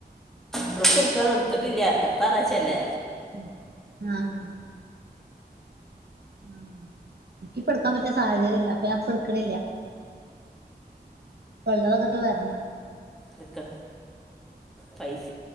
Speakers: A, in the centre; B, on the right (about 70°).
A: ഡ്രസ് എടുക്കാന ടുത്ത് ട്ടില്ല അടുത്ത ഞായറാഴ്ചല്ലേ
B: ഉം ആഹ് ആഹ് ഇൻക്കിപ്പ എടുക്കാൻ പറ്റിയ സാഹചര്യല്ല അപ്പൊ ഞാൻ പ്പൊട്ക്ക്ണില്ല്യ ഉള്ളതൊക്കെട്ട് വര്നം
A: നിക്കെ പൈസ